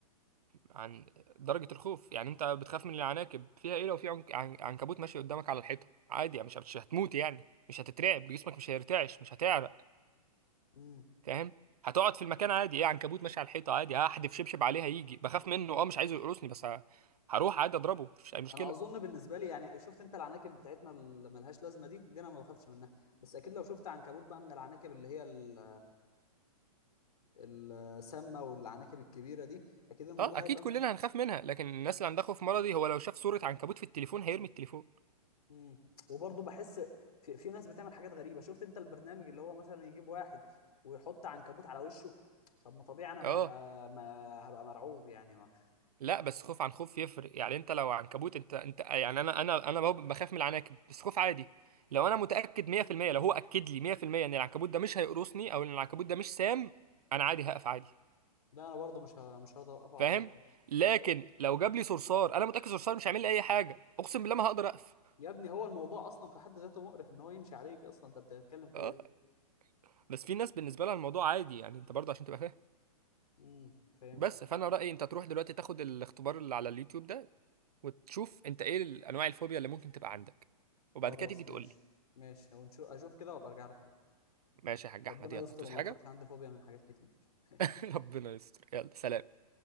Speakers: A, on the right; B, on the left.
A: عن درجة الخوف يعني انت بتخاف من العناكب فيها ايه لو في عنك... عن... عنكبوت ماشي قدامك على الحيطة عادي يعني مش مش هتموت يعني مش هتترعب جسمك مش هيرتعش مش هتعرق
B: امم
A: فاهم هتقعد في المكان عادي ايه عنكبوت ماشي على الحيطة عادي هحدف شبشب عليه هيجي بخاف منه اه مش عايزه يقرصني بس ه... هروح عادي اضربه مفيش اي مشكلة
B: انا اظن بالنسبه لي يعني شفت انت العناكب بتاعتنا اللي ملهاش لازمه دي دي انا ما بخافش منها بس اكيد لو شفت عنكبوت بقى من العناكب اللي هي ال- السامه والعناكب الكبيره دي اكيد الموضوع
A: اه اكيد
B: هيبقى
A: كلنا هنخاف منها لكن الناس اللي عندها خوف مرضي هو لو شاف صورة عنكبوت في التليفون هيرمي التليفون
B: امم وبرضه بحس في, في ناس بتعمل حاجات غريبه شفت انت البرنامج اللي هو مثلا يجيب واحد ويحط عنكبوت على وشه طب ما طبيعي انا ما
A: اه
B: هبقى ما هبقى مرعوب يعني و...
A: لا بس خوف عن خوف يفرق يعني انت لو عنكبوت انت انت يعني انا انا انا بب- بخاف من العناكب بس خوف عادي لو انا متاكد 100% لو هو اكد لي 100% ان العنكبوت ده مش هيقرصني او ان العنكبوت ده مش سام انا عادي هقف عادي
B: لا انا برضه مش ه... مش هرضى اوقفه عليا
A: فاهم
B: <laughs>
A: لكن
B: برضه
A: لو جاب لي صرصار انا متاكد صرصار مش هيعمل لي اي حاجه اقسم بالله ما هقدر اقف
B: يا ابني هو الموضوع اصلا في حد ذاته مقرف ان هو يمشي عليك اصلا انت بتتكلم في
A: اه
B: ايه
A: بس في ناس بالنسبه لها الموضوع عادي يعني انت برضه عشان تبقى فاهم
B: امم فهمت
A: بس فانا رايي انت تروح دلوقتي تاخد الاختبار اللي على اليوتيوب ده وتشوف انت ايه انواع الفوبيا اللي ممكن تبقى عندك وبعد
B: خلاص
A: كده تيجي تقول
B: ماشي
A: لي
B: ماشي ونشوف اشوف كده وابقى ارجع لك تاني
A: ماشي يا حاج
B: ربنا
A: احمد يلا
B: يستر
A: هتوس
B: وما
A: حاجه
B: يطلعش عندي فوبيا من حاجات كتير <laughs> ماشي
A: <laughs> ربنا يستر يلا سلام